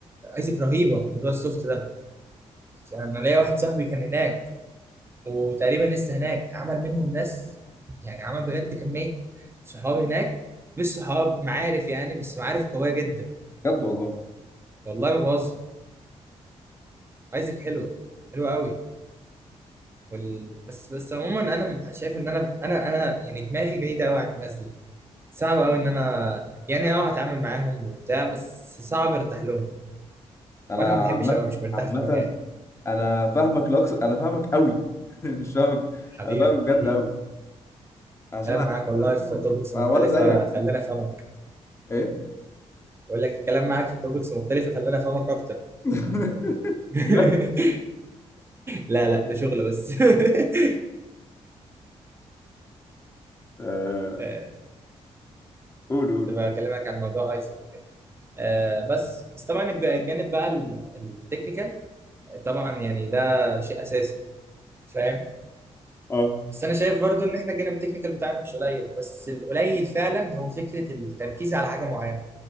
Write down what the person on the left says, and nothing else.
بجد والله
أنا
عامة
عامة
أنا فاهمك لأقصى أنا فاهمك قوي <laughs> مش فاهمك
أنا فاهمك بجد
قوي عشان
أنا
أنا
فاهمك
آه،
وأنا زيك
إيه
<laughs>
بجد
آه،
قول قول
اه